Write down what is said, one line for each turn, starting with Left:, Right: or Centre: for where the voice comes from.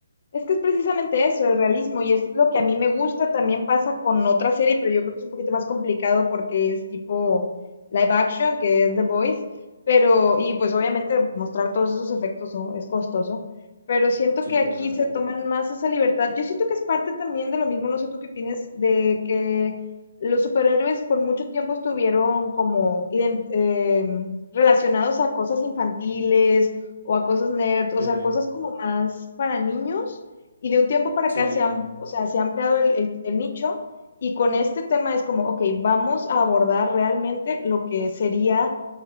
Left: Es que es precisamente eso, el realismo, y es lo que a mí me gusta, también pasa con otra serie, pero yo creo que es un poquito más complicado porque es tipo live action, que es The Boys pero, y pues obviamente mostrar todos esos efectos ¿no? es costoso, pero siento
Right: Sí,
Left: que aquí
Right: claro.
Left: se toman más esa libertad. Yo siento que es parte también de lo mismo, no sé tú qué opinas, de que los superhéroes por mucho tiempo estuvieron como iden- em, relacionados a cosas infantiles o a cosas nerd, o
Right: Sí,
Left: sea, cosas como más para niños. Y de un tiempo para
Right: sí.
Left: acá se han, o sea, se ha ampliado el, el- el nicho y con este tema es como, ok, vamos a abordar realmente lo que sería